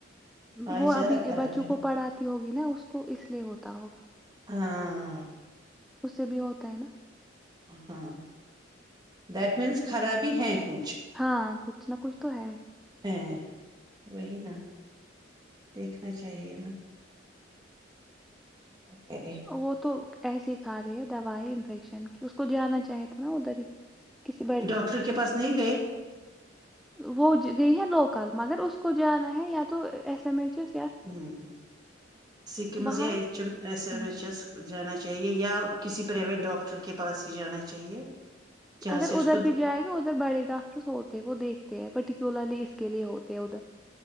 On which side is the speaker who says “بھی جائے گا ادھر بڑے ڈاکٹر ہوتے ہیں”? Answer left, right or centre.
Centre